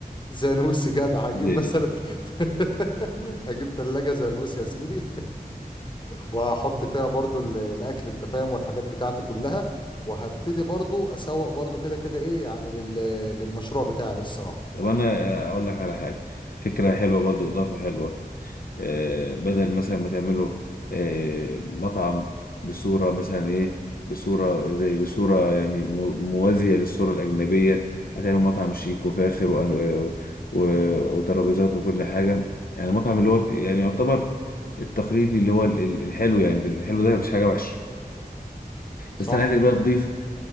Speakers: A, on the left; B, on the left.
A: زانوسي جدع هجيب
B: دي-
A: مثلا <laughs> هجيب تلاجة زانوسي يا زميلي وهحط فيها برضو ال- الاكل انت فاهم والحاجات بتاعتي كلها وهبتدي برضو اسوق برضو كده كده ايه يعني لل... للمشروع بتاعي ده الصراحة
B: طب انا اقول لك على حاجه فكره حلوه برضو اضافه حلوه آه، بدل مثلا ما تعمله آه، مطعم بصوره مثلا ايه بصوره زي بصوره يعني مو- موازيه للصوره الاجنبيه هتعمل مطعم شيك وفاخر وأن- و- وترابيزات وكل حاجه يعني مطعم اللي هو يعني يعتبر التقليدي اللي هو ال- ال- الحلو يعني ده الحلو ده مش حاجه وحشه
A: صح
B: بس انا عايزك بقى تضيف